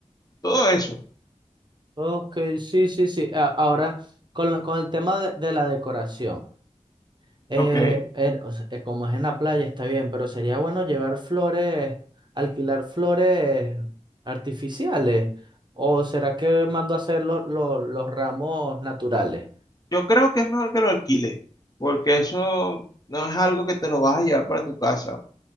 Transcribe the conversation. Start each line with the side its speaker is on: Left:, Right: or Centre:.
Left: todo eso,
Right: Ok, sí, sí, sí. A- Ahora, con, lo- con el tema de, de la decoración, eh,
Left: ¿ok?
Right: eh, o sea, eh, como es en la playa está bien, pero sería bueno llevar flores, alquilar flores artificiales, o será que mando a hacer los los- los ramos naturales.
Left: Yo creo que es mejor que lo alquiles, porque eso no es algo que te lo vas a llevar para tu casa,